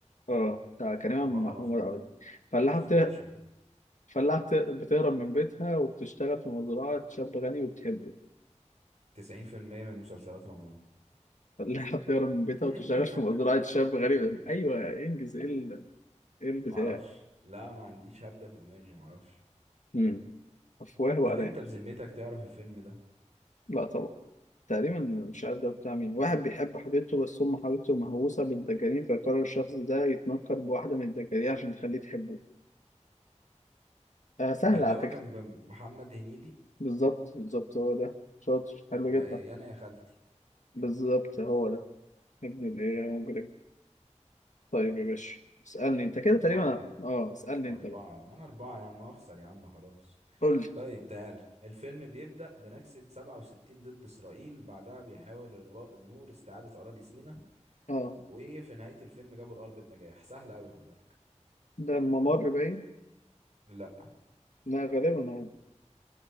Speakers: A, on the left; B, on the right.
A: اه بتاع كريم عبد
B: ولا
A: محمود
B: اعرفه
A: عوض فلاحة
B: شفتوش
A: بت...
B: يعني
A: فلاحة بت... بتهرب من بيتها وبتشتغل في مزرعة شاب غني وبتحبه
B: 90% من مسلسلات رمضان
A: فلاحة بتهرب من بيتها
B: <laughs>
A: وبتشتغل في مزرعة شاب غني أيوه إنجز إيه ال- إيه البتاع
B: معرفش لا ما عنديش هبدة في دماغي معرفش
A: مم. أفواه وأرانب
B: طب انت بذمتك تعرف الفيلم ده
A: لا طبعا تقريبا مش
B: طيب
A: عارف ده بتاع مين واحد بيحب حبيبته بس أم حبيبته مهووسة بالدجالين فيقرر الشخص ده يتنكر بواحدة من الدجالين عشان تخليه تحبه آه سهل
B: ده اللي
A: على
B: هو
A: فكرة
B: كان بمحمد هنيدي
A: بالظبط بالظبط هو ده شاطر
B: ولا
A: حلو جدا
B: يانا يا خالتي
A: بالظبط هو ده ابن الإيه يا مجرم طيب يا باشا اسألني أنت كده
B: أربعة
A: تقريبا أه اسألني
B: أربعة
A: أنت بقى
B: أنا أربعة يا عم أخسر يا عم خلاص
A: قول لي
B: طيب تعال الفيلم بيبدأ بنكسة 67 ضد إسرائيل بعدها بيحاول الرائد نور استعادة أراضي سيناء
A: أه
B: وفي نهاية الفيلم جابوا الأرض بنجاح سهل أوي خد بالك
A: ده الممر باين
B: لا
A: لا غالبا هو